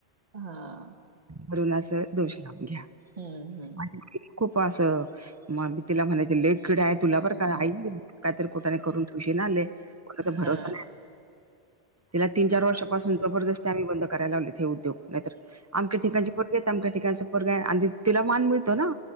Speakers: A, on the right; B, on the right.
A: हा.
B: वरून असं दोष लावून घ्या
A: हम्म
B: आणि खूप असं म आमी तिला म्हणायचे लई किडा
A: हम्म
B: आहे तुला बरं काय, आई काहीतरी कुटाना करून ठेवशीन हा लै कोणाचा भरोसा
A: हा
B: नाही. तिला तीन चार वर्षापासून जबरदस्ती आम्ही बंद करायला लावलेत हे उद्योग, नाहीतर अमक्या ठिकाणची पोरगी आहे, तमक्या ठिकाणचा पोरगा आहे आणि तिला मान मिळतो ना.